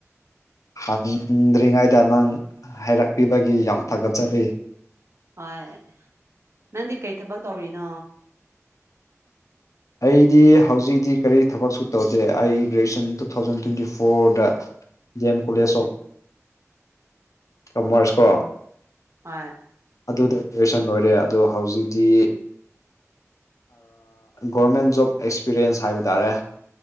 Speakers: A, on the left; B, on the right.
A: ꯍꯥ ꯍꯤꯡꯗ꯭ꯔꯤꯉꯩꯗ ꯅꯪ ꯍꯥꯏꯔꯛꯄꯤꯕꯒꯤ ꯌꯥꯝ ꯊꯥꯒꯠꯆꯕꯤ
B: ꯍꯣꯏ ꯅꯪꯗꯤ ꯀꯩ ꯊꯕꯛ ꯇꯧꯔꯤꯅꯣ
A: ꯑꯩꯗꯤ ꯍꯧꯖꯤꯛꯇꯤ ꯀꯔꯤ ꯊꯕꯛꯁꯨ ꯇꯧꯗꯦ ꯑꯩ ꯒ꯭ꯔꯦꯖꯨꯌꯦꯁꯟ ꯇꯨ ꯊꯥꯎꯖꯟ ꯇ꯭ꯋꯦꯟꯇꯤ ꯐꯣꯔꯗ D M college
B: um
A: of commerce ꯀꯣ
B: ꯑ
A: ꯑꯗꯨꯗ ꯒ꯭ꯔꯦꯖꯦꯁꯟ ꯑꯣꯏꯔꯦ ꯑꯗꯣ ꯍꯧꯖꯤꯛꯇꯤ ꯒꯣꯔꯃꯦꯟ ꯖꯣꯕ ꯑꯦꯛꯁꯄꯤꯔꯤꯌꯦꯟꯁ ꯍꯥꯏꯕ ꯇꯥꯔꯦ